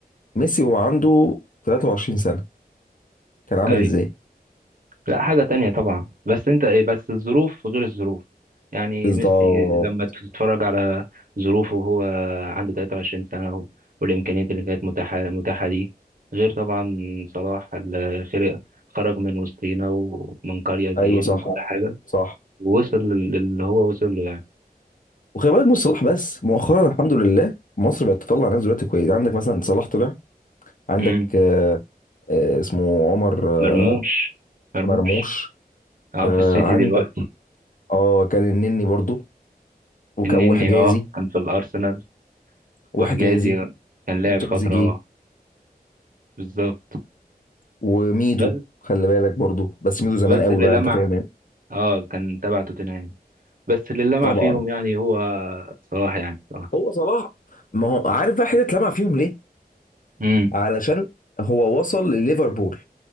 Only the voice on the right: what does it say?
ايوه
لا حاجة تانية طبعا بس انت ايه بس الظروف غير الظروف يعني
ميسي لما تتفرج على ظروفه وهو عنده 23 سنة و- والإمكانيات اللي كانت متاحة متاحة ليه غير طبعا صلاح اللي خرج خرج من وسطينا ومن قرية زينا
وكل حاجة
ووصل لل- للي هو وصل له يعني
مم.
مرموش مرموش
اه
في السيتي
دلوقتي
النني
اه كان في الأرسنال
وحجازي كان لعب
فترة آه، بالظبط
بس
بس
اللي
لمع
اه كان تبع توتنهام بس اللي لمع
فيهم يعني هو صلاح يعني صلاح
امم